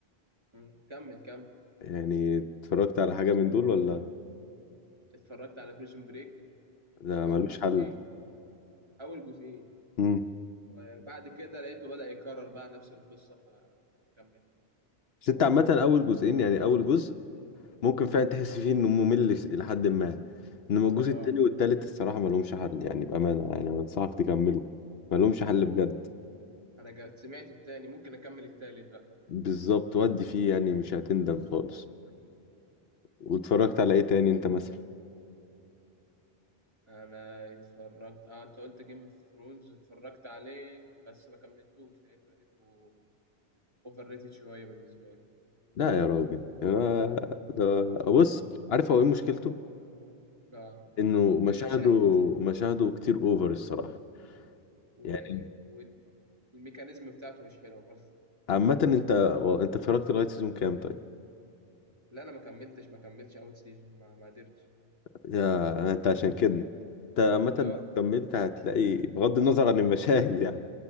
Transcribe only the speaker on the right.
مم، كمل كمل
اتفرجت على بريزون بريك
اول
جزئين
اول جزئين
وبعد كده لقيته بدأ يكرر بقى نفس القصة فما كملت
اه
انا جا- سمعت التاني ممكن اكمل التالت بقى
انا اتفرجت اه انت قلت جيم اوف ثرونز اتفرجت عليه بس ما كملتوش لانه لقيته اوفر ريتد شويه بالنسبه لي
اه
المشاهد
و...
والميكانيزم بتاعته مش حلو برضه
لا انا ما كملتش ما كملتش اول سيزون ما ما قدرتش
اه